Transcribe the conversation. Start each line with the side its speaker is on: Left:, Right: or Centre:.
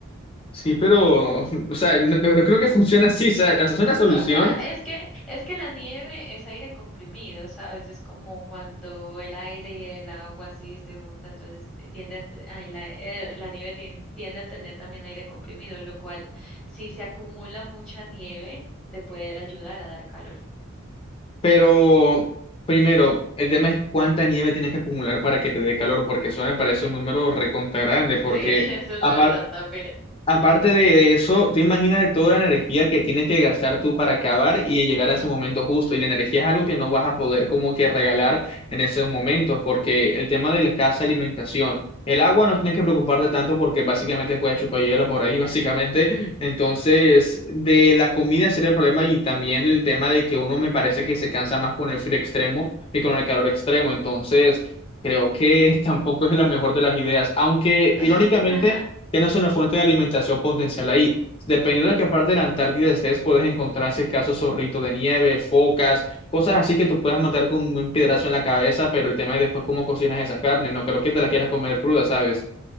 Left: Sí, pero, o sea, no, no- no creo que funcione así, o sea, esa es una solución,
Centre: O sea, es que, es que la nieve es aire comprimido, ¿sabes? Es como cuando el aire y el agua así se juntan, entonces tienden, ay, la, eh, la nieve tien- tiende a tener también aire comprimido, lo cual, si se acumula mucha nieve, te puede ayudar a dar calor.
Left: pero primero, el tema es cuánta nieve tienes que acumular para que te dé calor, porque eso me parece un número recontra grande, porque
Centre: Sí, <laughs> eso es
Left: apar-
Centre: verdad también.
Left: Aparte de de eso, tú imaginas toda la energía que tienes que gastar tú para acabar y llegar a ese momento justo. Y la energía es algo que no vas a poder como que regalar en esos momentos, porque el tema de la escasa alimentación, el agua no tienes que preocuparte tanto porque básicamente puedes chupar hielo por ahí, <laughs> básicamente. Entonces, de la comida sería el problema y también el tema de que uno me parece que se cansa más con el frío extremo que con el calor extremo. Entonces... Creo que <laughs> tampoco es la mejor de las ideas, aunque
Centre: <laughs>
Left: irónicamente tienes una fuente de alimentación potencial ahí. Dependiendo de qué parte de la Antártida estés, puedes encontrar si es caso zorrito de nieve, focas, cosas así que tú puedas matar con un buen piedrazo en la cabeza, pero el tema es después cómo cocinas esa carne. No creo que te la quieras comer cruda, ¿sabes?